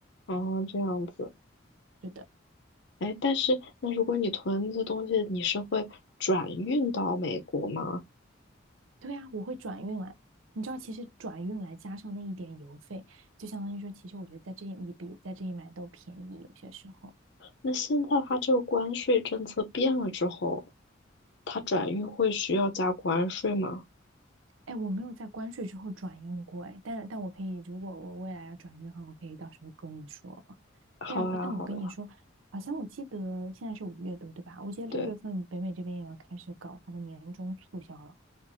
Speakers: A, on the left; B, on the right.
A: 哦，这样子。
B: 对的，
A: 哎，但是那如果你囤那些东西，你是会转运到美国吗？
B: 对啊，我会转运来。你知道，其实转运来加上那一点邮费，就相当于说，其实我觉得在这里也比在这里买都便宜，有些时候。
A: 那现在它这个关税政策变了之后，它转运会需要加关税吗？
B: 哎，我没有在关税之后转运过哎，但但我可以，如果我未来要转运的话，我可以到时候跟你说。
A: 好呀，
B: 但我但我跟你说，
A: 好呀，
B: 好像我记得现在是五月多，对吧？我记得六月份北美这边也要开始搞它的年终促销了，
A: 对，